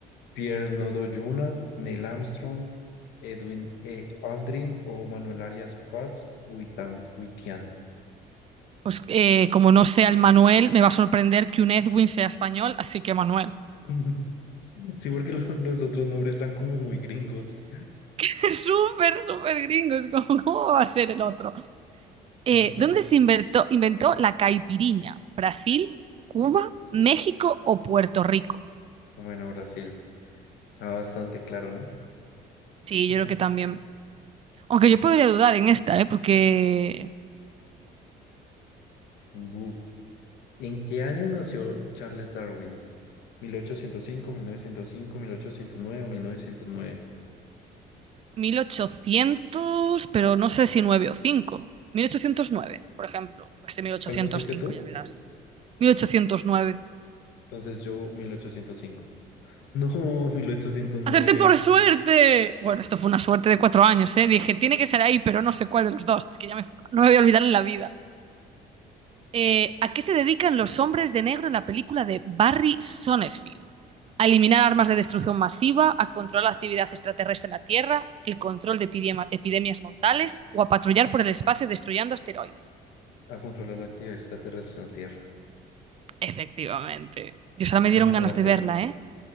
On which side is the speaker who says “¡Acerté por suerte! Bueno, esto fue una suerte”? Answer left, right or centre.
Right